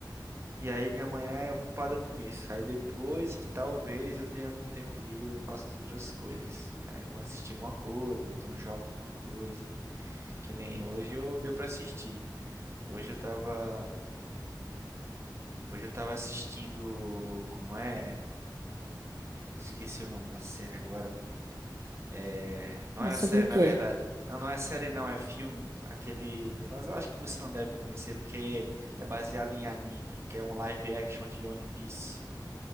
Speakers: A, on the right; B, on the right.
A: E aí minha manhã é ocupada com isso. Aí depois que talvez eu tenha algum tempo livre, eu faço as outras coisas. Aí vou assistir uma coisa, ou então jogo alguma coisa. Que nem hoje eu deu pra assistir. Hoje eu tava. Hoje eu tava assistindo. Como é? Esqueci o nome da série agora, pô. É, não
B: É
A: é
B: sobre
A: série,
B: o quê?
A: na verdade. Não, não é série, não, é filme. Aquele. Mas eu acho que você não deve conhecer, porque é baseado em anime, que é um live action de One Piece.